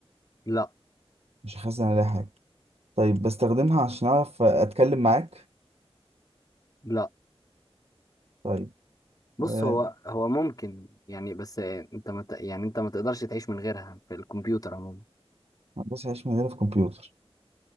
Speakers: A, on the left; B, on the right.
A: لا
B: مش حاسس عليها حاجة طيب بستخدمها عشان أعرف أتكلم معاك
A: لا
B: طيب
A: بص
B: آه،
A: هو هو ممكن يعني بس انت ما ت- يعني انت ما تقدرش تعيش من غيرها في الكمبيوتر عموما
B: هندسة عيش مجالي في كمبيوتر